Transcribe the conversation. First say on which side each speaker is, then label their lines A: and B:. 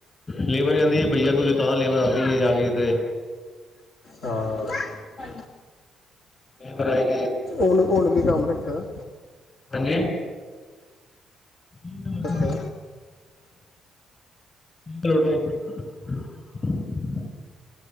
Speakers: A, on the left; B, on the left.
A: ਲੇਬਰ ਕਹਿਦੀ ਐ ਬਈਆ ਤੂੰ ਜੇ ਤਾਂ ਲੇਬਰ ਆਂਦੀ ਹੈ ਜਾ ਕੇ ਕਿਧਰੇ
B: ਹਾਂ,
A: ਲੇਬਰ ਆਏਗੀ
B: ਉਝ ਹੁਣ ਕੀ ਕੰਮ ਰੱਖੇ ਦਾ,
A: ਹਾਂਜੀ ਲੋਟਾ
B: ਅੱਛਾ,
A: <unintelligible>